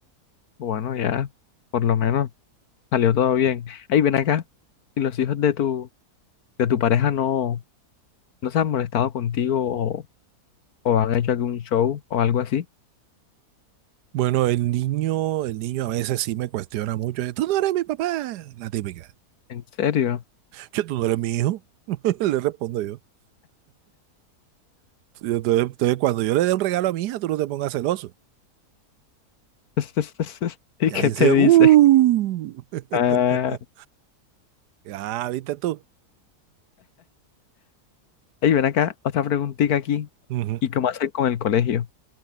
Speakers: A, on the left; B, on the right.
A: Bueno, ya, por lo menos salió todo bien. Ahí ven acá, ¿y los hijos de tu, de tu pareja no, no se han molestado contigo o, o han hecho algún show o algo así?
B: Bueno, el niño, el niño a veces sí me cuestiona mucho. Tú no eres mi papá, la típica.
A: ¿En serio?
B: Yo, tú no eres mi hijo, <laughs> le respondo Y Entonces, entonces, cuando yo le dé un regalo a mi hija, tú no te pongas celoso.
A: <laughs> ¿Y
B: Y
A: qué
B: ahí
A: te
B: sí, ¡uh!
A: dice?
B: <laughs>
A: Ah,
B: Ah, ¿viste tú?
A: ey, ven acá, otra preguntita aquí.
B: Ujú.
A: ¿Y cómo hacer con el colegio?